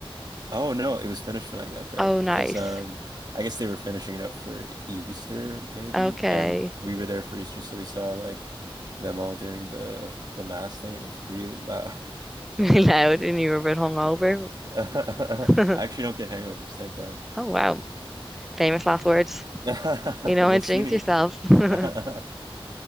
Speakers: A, on the right; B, in the centre.
A: Oh no, it was finished when I got there
B: Oh, nice.
A: because um I guess they were finishing it up for Easter maybe,
B: Okay.
A: and we were there for Easter, so we saw like them all doing the the mass thing. It was really loud.
B: <laughs> Really
A: <laughs>
B: loud, and you were a bit hungover.
A: I
B: <laughs>
A: actually don't get hangovers, thank God.
B: Oh wow. Famous last words.
A: <laughs>
B: you know,
A: We'll
B: and
A: see.
B: jinx yourself. <laughs>
A: <laughs> Knocking